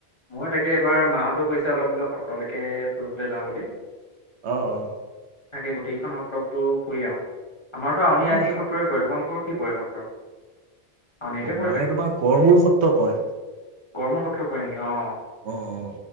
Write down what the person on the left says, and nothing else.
মই তাকে এবাৰ মাহঁতো কৈছে অলপ বোলে সত্ৰলেকে ফুৰিবলৈ যাওঁ বুলি।
তাকে গোটেইখন সত্ৰ বোলো ফুৰি আহো আমাৰতো আউনী
অতি
সত্ৰৰে পৰে। তোমালোকৰ কি পৰে সত্ৰ? আউনীআটীয়ে
পৰে চাগে
গড়মূৰ সত্ৰ পৰে নেকি অঁ।